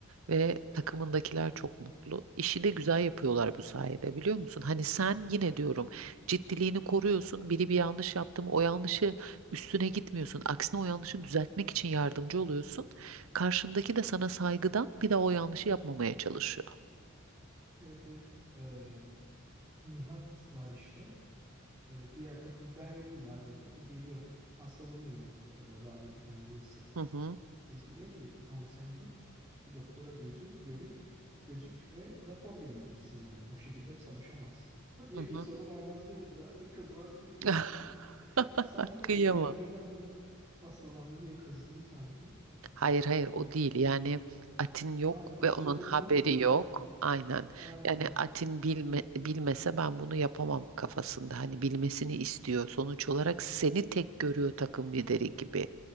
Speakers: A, on the right (about 70°); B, on the right (about 15°).
A: Ve takımındakiler çok mutlu. İşi de güzel yapıyorlar bu sayede biliyor musun? Hani sen yine diyorum ciddiliğini koruyorsun. Biri bir yanlış yaptı mı o yanlışı üstüne gitmiyorsun. Aksine o yanlışı düzeltmek için yardımcı oluyorsun. Karşındaki de sana saygıdan bir daha o yanlışı yapmamaya çalışıyor.
B: Evet evet Ee, Nihat var işte. e, diğer takım ben yokum vardiyada. Bu geliyor. Hastalanıyor e, vardiyada kendini hissetmiyor.
A: Hı hı.
B: Ezgi diyor ki tamam sen git bir doktora gözün görük gözük ve rapor gönderirsin yani bu şekilde çalışamazsın. <laughs> Diyor
A: Hı hı.
B: ki sorun olmaz değil mi diyor. Atin kızmaz değil mi?
A: <laughs>
B: <laughs> Sanki ben
A: Kıyamam.
B: ikiden birden bunlar hastalandı diye kızdım sanki.
A: Hayır hayır o değil. Yani Atin yok
B: Aynen o sorumluluk
A: ve onun haberi
B: duygusu.
A: yok. Aynen.
B: Aynen.
A: Yani Atin bilme, bilmese ben bunu yapamam kafasında. Hani bilmesini istiyor. Sonuç olarak seni tek görüyor takım lideri gibi.